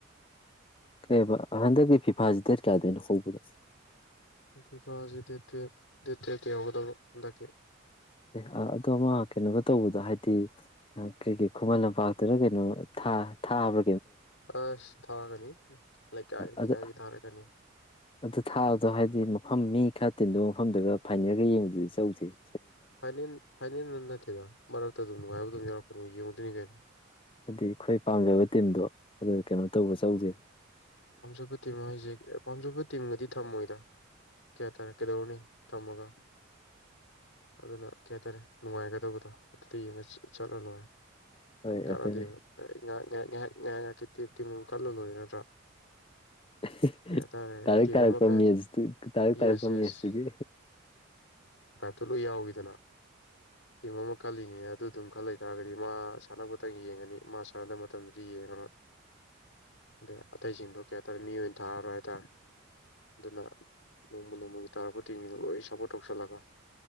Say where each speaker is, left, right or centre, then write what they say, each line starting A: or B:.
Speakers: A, on the left; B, on the left.
A: ꯑꯦꯕ ꯍꯟꯗꯛꯀꯤ ꯐꯤꯐꯥꯁꯤ ꯗꯦꯠ ꯀꯌꯥꯗꯅꯣ ꯍꯧꯕꯗ
B: ꯏꯝꯐꯥꯜꯁꯤꯦ ꯗꯦꯠ ꯇꯨꯌꯦꯞ ꯗꯦꯠ ꯇꯨꯌꯦꯜꯞꯇ ꯌꯧꯒꯗꯕ ꯍꯟꯗꯛꯇꯤ
A: ꯑꯦ ꯑ ꯑꯗꯨꯗꯣ ꯑꯃ ꯀꯩꯅꯣꯒ ꯇꯧꯕꯗ ꯍꯥꯏꯗꯤ ꯍ ꯀꯦ ꯀꯦꯦ ꯈꯨꯃꯟ ꯂꯝꯄꯥꯛꯇꯨꯅ ꯀꯩꯅꯣ ꯊꯥꯕ
B: ꯑꯁ ꯊꯥꯒꯅꯤ ꯂꯩꯀꯥꯏ ꯂꯩꯀꯥꯏꯒꯤ
A: ꯑꯗꯨ
B: ꯊꯥꯔꯛꯀꯅꯤ
A: ꯑꯗꯨ ꯊꯥꯕꯗꯣ ꯍꯥꯏꯗꯤ ꯃꯐꯝ ꯃꯤ ꯈꯔ ꯇꯤꯟꯗꯧꯕ ꯃꯐꯝꯗꯒ ꯐꯥꯏꯅꯦꯜꯒ ꯌꯦꯡꯕꯗꯨꯗꯤ ꯆꯧꯖꯤꯍꯦ
B: ꯐꯥꯏꯅꯦꯟ ꯐꯥꯏꯅꯦꯜ ꯅꯠ ꯅꯠꯇꯦꯗ ꯃꯔꯛꯇ ꯑꯗꯨꯝ ꯅꯨꯡꯉꯥꯏꯕ ꯑꯗꯨꯝ ꯌꯥꯎꯔꯛꯄ ꯑꯩꯈꯣꯏꯅꯤ ꯌꯦꯡꯉꯨꯗꯣꯏꯅꯤ ꯀꯩꯅꯣ
A: ꯍꯥꯏꯗꯤ ꯑꯩꯈꯣꯏ ꯄꯥꯝꯖꯕ ꯇꯤꯝꯗꯣ ꯑꯗꯨ ꯀꯩꯅꯣ ꯇꯧꯕ ꯆꯧꯖꯦ
B: ꯄꯥꯝꯖꯕ ꯇꯤꯝ ꯍꯥꯏꯖꯦ ꯑ ꯄꯥꯝꯖꯕ ꯇꯤꯝꯒꯗꯤ ꯊꯝꯃꯣꯏꯗ ꯀꯌꯥ ꯇꯥꯔꯦ ꯀꯩꯗꯧꯔꯨꯅꯤ ꯊꯝꯃꯒ ꯑꯗꯨꯅ ꯀꯩ ꯍꯥꯏꯇꯥꯔꯦ ꯅꯨꯡꯉꯥꯏꯒꯗꯕꯗꯣ ꯑꯗꯨꯇ ꯌꯦꯡꯉ ꯆꯠ ꯆꯠꯂ ꯂꯣꯏꯔꯦ
A: ꯍꯣꯏ
B: ꯀꯥꯟꯅꯗꯦꯕ
A: ꯑꯗꯨꯅꯦ
B: ꯑ ꯑꯩ ꯉꯍꯥꯛ-ꯉꯍꯥꯛ -ꯉꯥꯏꯍꯥꯛ-ꯉꯥꯏꯍꯥꯛ- ꯉꯥꯏꯍꯥꯛꯀꯤ ꯇꯤꯝ ꯇꯤꯑꯃꯨꯛ ꯈꯜꯂ ꯂꯣꯏꯔꯦ ꯅꯠꯇ꯭ꯔꯥ
A: ꯑꯦ ꯍꯦ-ꯍꯦ
B: ꯀꯩ ꯍꯥꯏꯇꯥꯔꯦ
A: ꯇꯥꯔꯛ
B: ꯇꯤꯝ
A: ꯇꯥꯔꯛꯄ
B: ꯑꯃ ꯀ
A: ꯃꯦꯁ ꯇꯨ ꯇꯥꯔꯛ ꯇꯥꯔꯛꯄ
B: ꯌꯦꯁ ꯌꯦꯁ
A: ꯃꯦꯁꯇꯨꯒꯤ
B: ꯑꯗꯨ ꯂꯣꯏ ꯌꯥꯎꯋꯤꯗꯅ ꯇꯤꯝ ꯑꯃ ꯈꯜꯂꯤꯅꯦꯅ ꯑꯗꯨꯗꯨꯝ ꯈꯜ ꯂꯩꯇꯥꯥꯔꯒꯗꯤ ꯃꯥ ꯁꯥꯟꯅꯕꯇꯪ ꯌꯦꯡꯉꯅꯤ ꯃꯥ ꯁꯥꯟꯅꯗꯕ ꯃꯇꯝꯗꯗꯤ ꯌꯦꯡꯉꯔꯣꯏ ꯑꯗꯩ ꯑꯇꯩꯁꯤꯡꯗꯣ ꯀꯩ ꯍꯥꯏꯇꯔꯦ ꯃꯤ ꯑꯣꯏꯅ ꯊꯥꯔꯔꯣꯏ ꯍꯥꯏꯇꯔꯦ ꯑꯗꯨꯅ ꯅꯣꯡꯃ ꯅꯣꯡꯃꯒꯤ ꯇꯥꯔꯛꯄ ꯇꯤꯝꯖꯤꯡꯗꯣ ꯂꯣꯏꯅ ꯁꯄꯣꯔꯠ ꯇꯧꯁꯜꯂꯒ